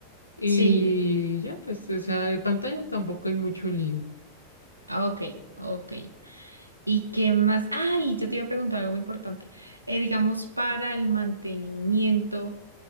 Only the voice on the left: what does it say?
Y
ya, pues, o sea, de pantallas tampoco hay mucho lío.